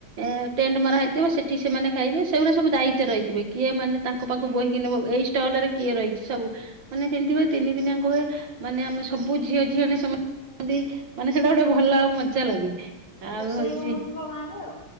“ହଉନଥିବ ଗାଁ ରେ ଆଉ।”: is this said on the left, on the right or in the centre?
Left